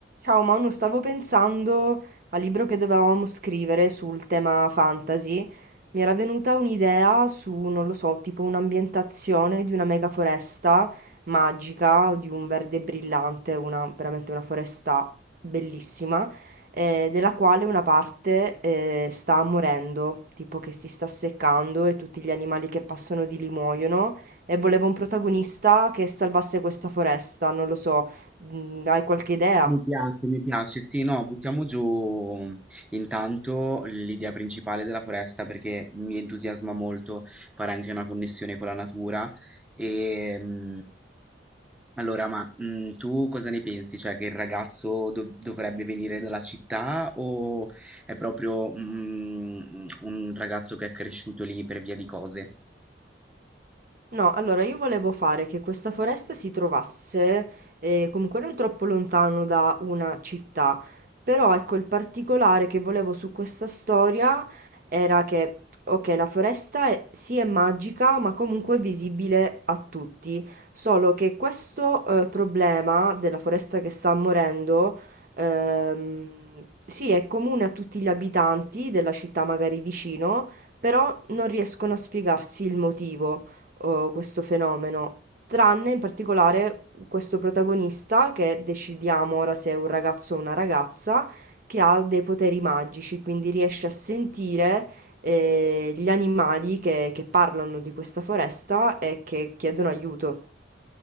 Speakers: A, on the right; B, in the centre.
A: Ciao Manu, stavo pensando al libro che dovevamo scrivere sul tema fantasy. Mi era venuta un'idea su, non lo so, tipo un'ambientazione di una mega foresta magica, o di un verde brillante, una- veramente una foresta bellissima, eh, della quale una parte eh, sta morendo, tipo che si sta seccando e tutti gli animali che passano di lì muoiono. E volevo un protagonista che salvasse questa foresta, non lo so, mm, hai qualche idea?
B: Mi piace, mi piace. Sì, no, buttiamo giù intanto l'idea principale della foresta perché mi entusiasma molto fare anche una connessione con la natura. E mm, allora, ma mm, tu cosa ne pensi? Cioè, che il ragazzo dov- dovrebbe venire dalla città o è proprio mm, un ragazzo che è cresciuto lì per via di cose?
A: No, allora io volevo fare che questa foresta si trovasse eh, comunque non troppo lontano da una città, però ecco il particolare che volevo su questa storia era che, ok, la foresta è, sì è magica, ma comunque è visibile a tutti, solo che questo eh, problema della foresta che sta morendo, ehm, sì è comune a tutti gli abitanti della città magari vicino, però non riescono a spiegarsi il motivo uhm, questo fenomeno, tranne in particolare questo protagonista che decidiamo ora se è un ragazzo o una ragazza, che ha dei poteri magici, quindi riesce a sentire, ehm, gli animali che che parlano di questa foresta e che chiedono aiuto.